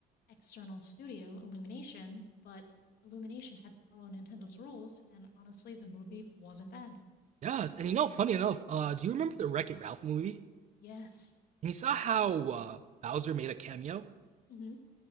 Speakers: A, on the left; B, on the right.
A: external studio, Illumination, but Illumination had to follow Nintendo's rules, and honestly, the movie wasn't bad.
B: Yes, and you know, funny enough, uh, do you remember the Wreck It Ralph movie?
A: Yes.
B: And you saw how uh, Bowser made a cameo.
A: hmm